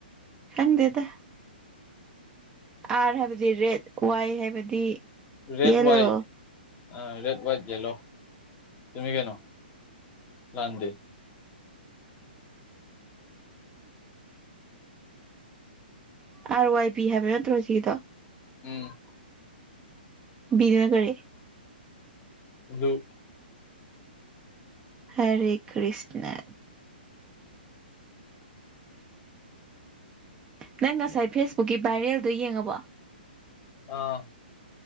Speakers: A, on the right (about 15°); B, on the left (about 25°).
A: ꯈꯪꯗꯦꯗ ꯑꯥꯔ ꯍꯥꯏꯕꯗꯤ ꯔꯦꯠ ꯋꯥꯏ ꯍꯥꯏꯕꯗꯤ
B: red
A: yellow
B: white R red white yellow ꯂꯣꯏꯔꯦ ꯀꯩꯅꯣ ꯂꯥꯟꯗꯦ
A: ꯑꯥꯔ ꯋꯥꯏ ꯕꯤ ꯍꯥꯏꯕ ꯅꯠꯇ꯭ꯔꯣ ꯍꯧꯖꯤꯛꯒꯤꯗꯣ
B: ꯎꯝ
A: ꯕꯤꯅ ꯀꯥꯔꯤ
B: ꯕꯂꯨ
A: ꯍꯔꯦ ꯀ꯭ꯔꯤꯁꯅ ꯅꯪ ꯉꯁꯥꯏ ꯐꯦꯁꯕꯨꯛꯀꯤ ꯕꯏꯔꯦꯜꯗꯣ ꯌꯦꯡꯉꯕꯣ
B: ꯑꯥ